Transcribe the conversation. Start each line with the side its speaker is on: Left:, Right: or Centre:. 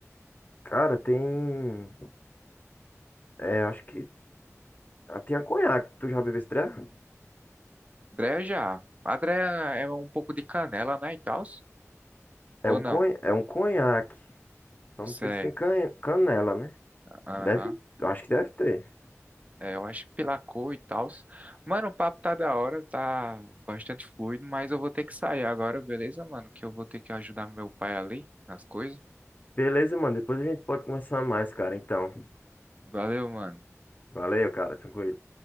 Left: Cara, tem. É, acho que. ah, Tem a conhaque. Tu já bebeu esse treco?
Right: Dreia já. A Dreia é um pouco de canela, né, e tal?
Left: É
Right: Ou
Left: um,
Right: não?
Left: conha... é um conhaque. Só
Right: Certo,
Left: não sei se tem can... canela, né?
Right: aham.
Left: Deve. Acho que deve ter.
Right: É, eu acho que pela cor e tal. Mano, o papo tá da hora, tá bastante fluido, mas eu vou ter que sair agora, beleza, mano? Que eu vou ter que ajudar meu pai ali nas coisas.
Left: Beleza, mano. Depois a gente pode conversar mais, cara. Então.
Right: Valeu, mano.
Left: Valeu, cara. Tranquilo.